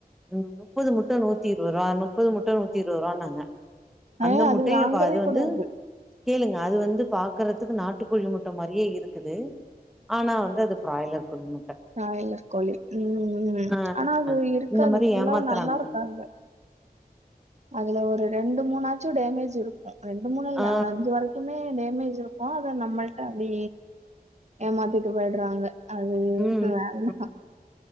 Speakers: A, in the centre; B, on the right.
A: ம் முப்பது முட்ட நூத்தி இருவதுருவா நுப்பது முட்டை நூத்தி இருவதுருவான்னாங்க அந்த
B: ஆ
A: முட்டையப்பா
B: அது வாங்கவே
A: அது வந்து
B: கூடாது
A: கேளுங்க அது வந்து பாக்குறத்துக்கு நாட்டுக்கோழி முட்ட மாரியே இருக்குது ஆனா வந்து அது பிராய்லர் கோழி முட்ட
B: ப்ராய்லர் கோழி ம்ம்
A: ஆ
B: ஆனா அது இருக்காது
A: இந்த மாரி
B: ஃபுல்லா
A: ஏமாத்துறாங்க
B: நல்லாருக்காது அதுல ஒரு ரெண்டு மூனாச்சு டேமேஜ் இருக்கும் ரெண்டு மூனுல்ல
A: ஆ
B: ஒரு அஞ்சு வரைக் குமே டேமேஜ் இருக்கும் அத நம்மள்ட்ட அப்டி ஏமாத்திட்டு பேயிட்றாங்க அது
A: ம்
B: வேண்டா
A: ம்